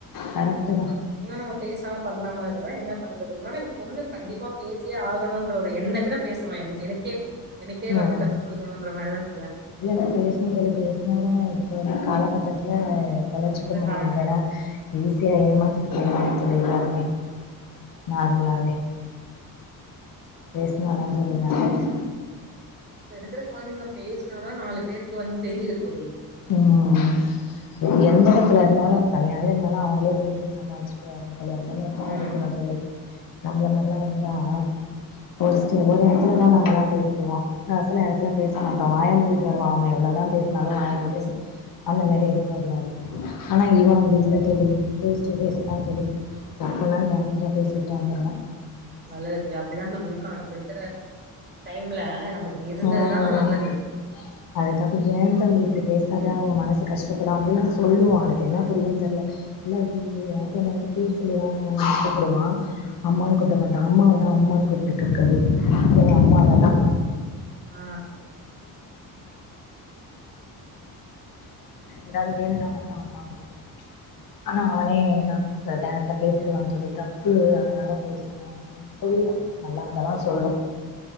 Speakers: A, on the left; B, on the right.
A: கரெக்ட்டு தா
B: இன்னு நம்ம பேசாம பண்ணாம இருந்தா என்ன பண்றது ஆனா பொண்ணு கண்டிப்பா பேசியே ஆகணுன்ற ஒரு என்ன விட பேசணு என் எனக்கே எனக்கே
A: ம்
B: வந்து டஃப் குடுக்கனுன்ற மாரி தா
A: இல்ல இல்ல பேசணு தோழி பேசுனாதா இப்ப உள்ள காலகட்டத்துல பொழச்சுக்க
B: இப்ப இருக்கிற
A: முடியு
B: காலகட்ட
A: இல்லேன்னா ஈஸியா ஏமாத்திட்டு போயிருவாங்க தோழி எல்லா மே நார்மலாவே பேசுனாதா தோழி நல்லது
B: இப்ப இருக்குற கொழந்தைங்க பேசுனாதா நாலு பேருக்கு வந்து தெரியது தோழி
A: ம் எந்த இடத்துல இருந்தாலு தனியாவே இருந்தாலு அவுங்ளே பேசி சமாளிச்சுட்டு வரணு தோழி அந்த மாரிதா
B: ம்
A: இருக்கணு தோழி நம்பள மார்ல்லா இருந்தா ஃபஸ்ட்டு ஒரு எடத்துலதா நம்பளா பேசுவோ ஒரு சில எடத்துல பேச மாட்டோ வாய மூடிட்டு வருவோ அவுங்க எவ்ளோதா பேசு நல்லா வாய மூடிட்டு
B: பேசு
A: வருவ அந்த
B: ஆமா
A: மாரி இருக்கூ போக்கூடாது தோழி ஆனா இவ அப்டி இல்ல தோழி ஃபேஸ் டு ஃபேஸ் தான் தோழி தப்புனா டேரக்ட்டா பேசிட்டு வந்துருவான்
B: நல்லது தோழி அப்டிதா தோழி இருக்கனு இப்ப இருக்கிற டைம்ல நமக்கு
A: வந்துடுவான்
B: இருந்தது தான நல்லது
A: அது தப்பு ஏன் தம்பி இப்டி பேசாத அவுங்க மனசு கஷ்டப்படும் அப்டில்லா சொல்லுவோ அதுக்கு என்ன புரியுன் தெர்ல இல்லாட்டி என்ன வந்து பேர் சொல்லி தான் கூப்டுவா அம்மான் கூப்ட மாட்டா அம்மாவதா அம்மான் கூப்டுட்டு இருக்கு அது எங்க அம்மாவ தா
B: ஆ
A: ஏதாவ்து வேணுனா மட்டு அம்மாங்கு ஆனா அவனே எல்லா டேரக்டா பேசிடுவா தோழி தப்பு அதனால பேசுன அப்டின் சொல்லி ம் நல்லா அதெல்லா சொல்லு